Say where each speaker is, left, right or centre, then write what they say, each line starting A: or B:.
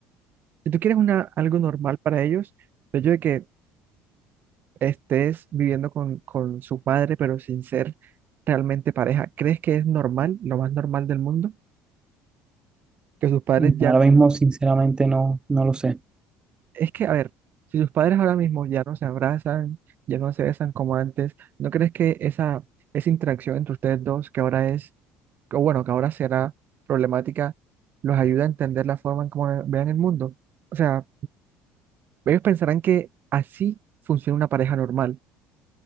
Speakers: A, on the right; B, on the right.
A: Si tú quieres una, algo normal para ellos, el hecho de que estés viviendo con, con su padre, pero sin ser realmente pareja, ¿crees que es normal, lo más normal del mundo? Que sus padres
B: Y
A: ya...
B: Ahora mismo sinceramente no, no lo sé,
A: Es que, a ver, si sus padres ahora mismo ya no se abrazan, ya no se besan como antes, ¿no crees que esa, esa interacción entre ustedes dos, que ahora es, o bueno, que ahora será problemática, los ayuda a entender la forma en cómo vean el mundo? O sea, ellos pensarán que así funciona una pareja normal.